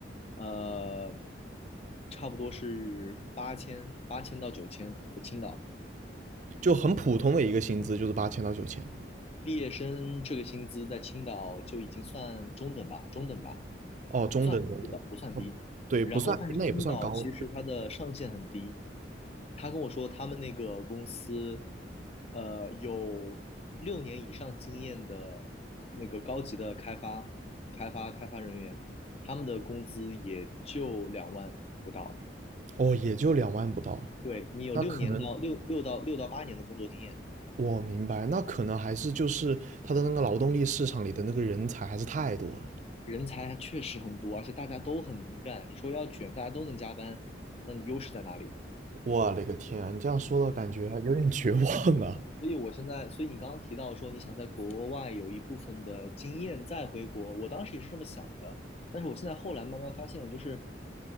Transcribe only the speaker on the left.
呃，差不多是八千八千到九千在青岛。
毕业生这个薪资在青岛就已经算中等吧，中等吧。
不算很低吧，不算低。
然后，
但是青岛其实它的上限很低。
他跟我说，他们那个公司，呃，有六年以上经验的那个高级的开发、开发、开发人员，他们的工资也就两万不到。
对，你有六年到六六到六到八年的工作经验，
人才确实很多，而且大家都很能干。你说要卷，大家都能加班，那你优势在哪里？
所以我现在，所以你刚刚提到说你想在国外有一部分的经验再回国，我当时也是这么想的，但是我现在后来慢慢发现，就是